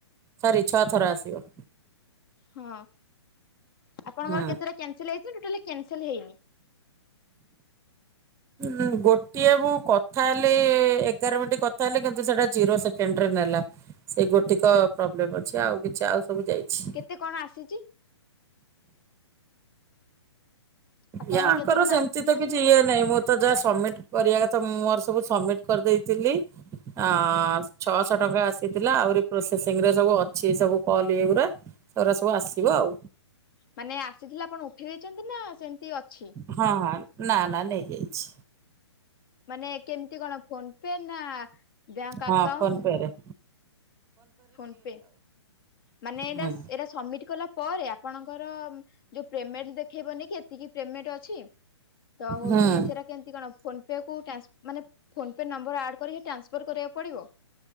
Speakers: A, on the right; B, on the left.
A: ସରି ଛଅ ଥର ଆସିବ।
B: ହଁ ଆପଣଙ୍କର
A: ହୁଁ
B: କେତେଟା କ୍ୟାନସେଲ ହେଇଛି? ଟାଲି କ୍ୟାନସେଲ ହେଇନି।
A: ହଁ ଗୋଟିଏ ମୁଁ କଥା ହେଲି ଏଗାର ମିନିଟ କଥା ହେଲି କିନ୍ତୁ ସେଟା ଜିରୋ ସେକେଣ୍ଡରେ ନେଲା। ସେଇ ଗୋଟିକ ପ୍ରୋବ୍ଲେମ ଅଛି। ଆଉ କିଛି ଆଉ ସବୁ ଯାଇଛି।
B: କେତେ କଣ ଆସିଛି? ଆପଣଙ୍କର
A: ଇଏ ଆଙ୍କର
B: କେତେ କଣ
A: ସେମିତି
B: ଆସିଲାନି
A: ତ କିଛି ଇଏ ନାାଇଁ ମଁ ତ ଯାହା ସବମିଟ କରିବା କଥା ମୁଁ ମୋର ସବୁ ସବମିଟ କରିଦେଇଥିଲି। ଆ ଛଅଶହ ଟଙ୍କା ଆସି ଥିଲା ଆହୁରି ପ୍ରୋସେସିଂ ରେ ସବୁ ଅଛି। ସବୁ କଲ୍ ଇଗୁଡା ସେଗୁଡା ସବୁ ଆସିବ ଆଉ।
B: ମାନେ ଆସିଥିଲେ ଆପଣ ଉଠି ଦେଇଛନ୍ତି ନା ସେମିତି ଅଛି?
A: ହଁ ହଁ ନା ନା ନେଇଯାଇଛି।
B: ମାନେ କେମିତି କଣ ଫୋନ ପେ ନା ବ୍ୟାଙ୍କ
A: ହଁ
B: ଆକାଉଣ୍ଟ
A: ଫୋନ୍ ପେରେ।
B: ଫୋନ ପେ ମାନେ ଏଇଟା
A: ହୁଁ
B: ଏରା ସମିଟି କଲା ପରେ ଆପଣଙ୍କର ଯୋଉ ପ୍ରେମେଣ୍ଟ ଦେଖେଇବନି କି ଏତିକି ପ୍ରେମେଣ୍ଟ ଅଛି ତ ହୋଉଛି
A: ହୁଁ।
B: ସେରା କେମିତି କଣ ଫୋନ ପେ କୁ ଟାନସ୍ ମାନେ ଫୋନ ପେ ନମ୍ବର ଆଡ କରିକି ଟ୍ରାନ୍ସଫର କରିବାକୁ ପଡିବ।